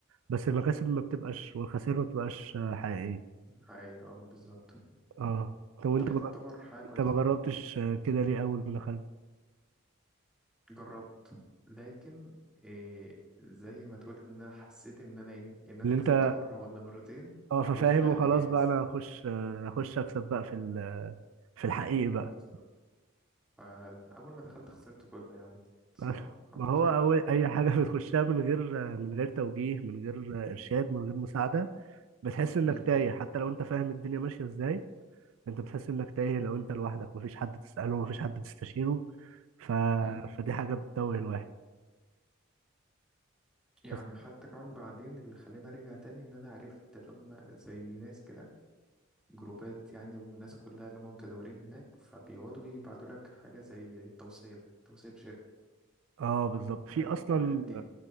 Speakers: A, on the right; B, in the centre.
A: بس المكاسب ما بتبقاش والخسائر ما بتبقاش حقيقية
B: حقيقة اه بالظبط
A: اه طب وانت
B: ودي
A: ما
B: تعتبر
A: جر-
B: حاجة كويسة
A: انت ما جربتش كده ليه اول ما دخلت
B: جربت لكن إيه زي ما تقول ان انا حسيت ان انا ايه ان انا
A: ان انت
B: كسبت مره ولا مرتين
A: اه ففاهم
B: قلت لا
A: وخلاص
B: انا جاهز
A: بقى انا هخش آه، هخش اكسب بقى في ال- في الحقيقي بقى
B: بالظبط فاول ما دخلت خسرت كله يعني الصراحه
A: بس
B: الحمد
A: ما هو
B: لله
A: أول أي حاجة <laughs> بتخشها من غير من غير توجيه من غير إرشاد من غير مساعدة بتحس إنك
B: مم.
A: تايه حتى لو أنت فاهم الدنيا ماشية إزاي أنت بتحس إنك تايه لو أنت لوحدك مفيش حد تسأله مفيش حد تستشيره ف...
B: مم.
A: فدي حاجة بتتوه الواحد
B: يعني
A: بس
B: حتى كمان بعدين اللي خلاني ارجع تاني ان انا عرفت اللي هم زي ناس كده جروبات يعني وناس كلها اللي هم متداولين هناك فبيقعدوا يبعتوا لك حاجه زي توصيه توصيه شركه
A: اه بالظبط في
B: فاهم
A: اصلا
B: واحد دي